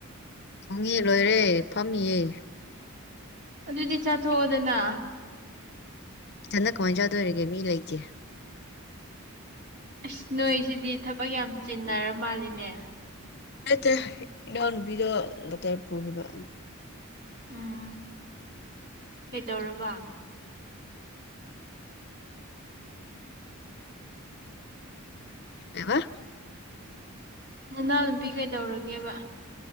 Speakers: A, on the left; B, on the right.
A: ꯍꯣꯡꯉ ꯂꯣꯏꯔꯦ ꯐꯝꯃꯤꯌꯦ
B: ꯑꯗꯨꯗꯤ ꯆꯥꯊꯣꯛꯑꯣꯗꯅ
A: ꯏꯊꯟ ꯀꯃꯥꯏꯅ ꯆꯧꯗꯣꯏꯔꯤꯒꯦ ꯃꯤ ꯂꯩꯇꯦ
B: ꯑꯁ ꯅꯣꯏꯁꯤꯗꯤ ꯊꯕꯛ ꯌꯥꯝ ꯆꯤꯟꯅꯔ ꯃꯥꯜꯂꯤꯅꯦ
A: ꯂꯩꯇꯦ ꯏꯅꯥꯎ ꯅꯨꯄꯤꯗꯣ ꯂꯇꯔ ꯄꯨꯒꯤꯕꯥ
B: ꯎꯝ ꯀꯩꯗꯧꯔꯕ꯫
A: ꯀꯩꯕ꯫
B: ꯅꯅꯥꯎ ꯅꯨꯨꯕꯤ ꯀꯩꯗꯧꯔꯒꯦꯕ꯫